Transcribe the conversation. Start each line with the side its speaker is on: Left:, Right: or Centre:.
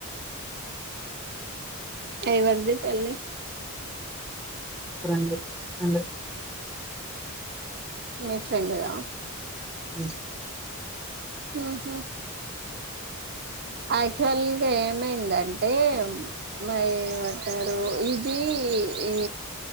Right: ఎవరిది పెళ్లి
Centre: రెండు రెండు
Right: మీ ఫ్రెండ్దా
Centre: ఉ
Right: ఉహు యాక్చువల్గా ఏమైందంటే మరి ఏమంటారు ఇది ఈ